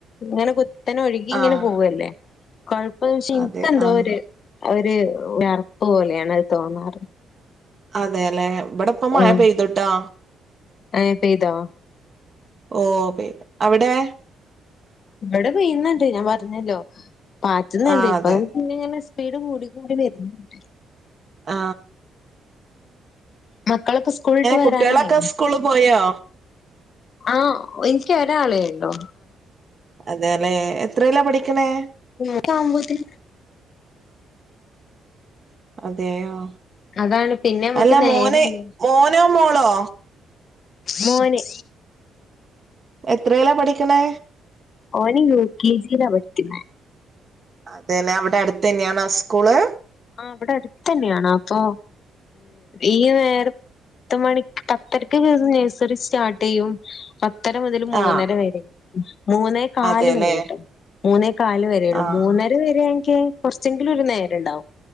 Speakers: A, on the left; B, on the right.
A: ങ്ങനെ കുത്തി ഒഴുകി ങ്ങനെ
B: ആഹ്
A: പോവല്ലേ കൊഴപ്പം വെച്ച ഇനക്ക്ന്തോരു
B: അതെ ആഹ്
A: ഒരു ഒരറപ്പ് പോലെയാണ് അത് തോന്നാറ്
B: അതെ ല്ലെ ഇവിടെപ്പ മഴ
A: ഉം
B: പെയ്തൂട്ടോ
A: ഏഹ് പെയ്തോ
B: ഓ പെയ്തു അവിടെ
A: ഇവിടെ പെയ്യുന്ന്ണ്ട് ഞാൻ പറഞ്ഞല്ലോ പാറ്റുന്ന്ണ്ട്
B: ആഹ് അതെ
A: പ്പങ്ങനെ സ്പീഡ് കൂടി കൂടി വര്ന്ന്ണ്ട്
B: ആ
A: മക്കളിപ്പോ സ്കൂളിട്ട് വരാനായോ
B: കുട്ടികളൊക്കെ സ്കൂള് പോയോ
A: ആ എനിക്ക് ഒരാളേളളു
B: അതെ ല്ലെ എത്രലാ പഠിക്കണെ
A: <unintelligible> മ്പോത്തി
B: അതെയോ
A: അതാണ് പിന്നെ നമുക്ക്
B: അല്ല
A: നേരല്ല
B: മോനെ മോനോ മോളോ
A: മോന്
B: എത്രേ പഠിക്ക്ണേ
A: ഓന് യുക്കെജിലാ പഠിക്ക്ന്ന
B: അതെലെ അവിടെ അട്‌ത്ത തന്നെയാണോ സ്കൂള്
A: ആ വ്ടെ അടുത്തന്നെയാണ് അപ്പൊ ഈ നേർ പത്ത് മണി പത്തരക്ക് ഒക്കെ നഴ്സറി സ്റ്റാർട്ട് ചെയ്യും പത്തര മുതൽ മൂന്നര
B: ആഹ്
A: വരെ മൂന്നേക്കാല്
B: അതെല്ലേ
A: വരെട്ടോ മൂന്നേ കാല് വരേയുള്ളൂ
B: ആഹ്
A: മൂന്നര വരെണെങ്കക്ക് കുറച്ചെങ്കിലും ഒരു നേരണ്ടാവും